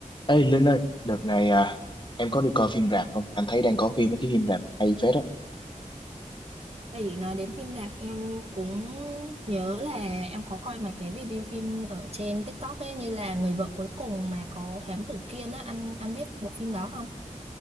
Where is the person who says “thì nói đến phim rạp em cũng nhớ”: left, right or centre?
Right